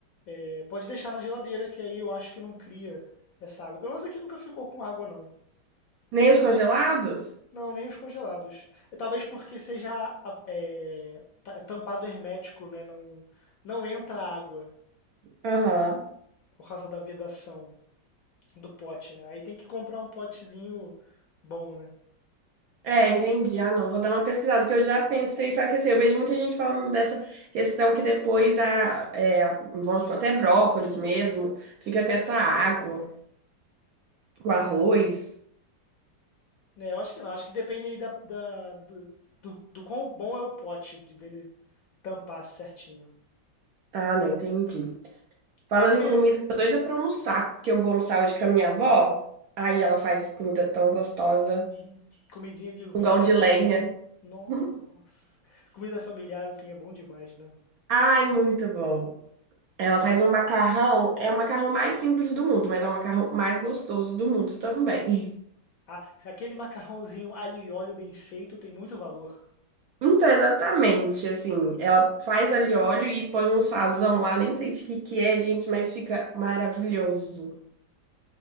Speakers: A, on the left; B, on the right.
A: É, pode deixar na geladeira, que aí eu acho que não cria essa água. Pelo menos aqui nunca ficou com água, não.
B: Nem os congelados?
A: Não, nem os congelados. É, Talvez porque seja a- é, ta- é tampado hermético, né? Não, não entra água
B: Aham.
A: por causa da vedação do pote, né? Aí tem que comprar um potezinho bom, né?
B: É, entendi. Ah, não, vou dar uma pesquisada, porque eu já pensei, só que assim, eu vejo muita gente falando dessa questão que depois a, é, a- vamos supor, até brócolis mesmo, fica com essa água, o arroz.
A: É, eu acho que não. Acho que depende aí da, da- do, do, do quão bom é o pote, de dele tampar certinho.
B: Ah, não, entendi. Falando
A: É porque
B: em comida, eu tô doida pra almoçar, porque eu vou almoçar hoje com a minha avó, aí ela faz comida tão gostosa,
A: hum, comidinha de vó,
B: fogão
A: né?
B: de
A: Comida.
B: lenha.
A: Nossa!
B: <laughs>
A: Comida familiar, assim, é bom demais, né?
B: Ai, muito bom. Ela
A: Pô.
B: faz um macarrão, é o macarrão mais simples do mundo, mas é o macarrão mais gostoso do mundo também.
A: Ah, se aquele macarrãozinho alho e óleo bem feito tem muito valor.
B: Então, exatamente, assim, ela faz ali óleo e põe um sazão lá, nem sei de que que é, gente, mas fica maravilhoso.